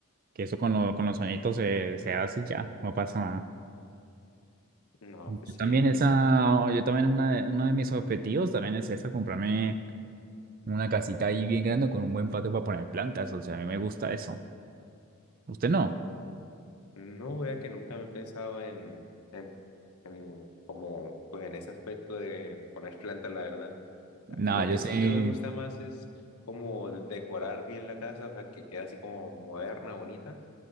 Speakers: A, on the right (about 40°); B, on the left (about 80°).
A: que eso con, lo- con los añitos se, se hace y ya, no pasa nada.
B: No,
A: Yo
B: pues sí.
A: también esa, yo también una de, uno de mis objetivos también es esa, comprarme una casita ahí bien grande con un buen patio para poner plantas, o sea, a mí me gusta eso. ¿Usted no?
B: No, vea que nunca me he pensado en, en, en como pues en ese aspecto de poner plantas, la verdad.
A: Nada,
B: Lo que
A: yo sí,
B: sí me gusta más es como decorar bien la casa, o sea, que quede así como moderna, bonita,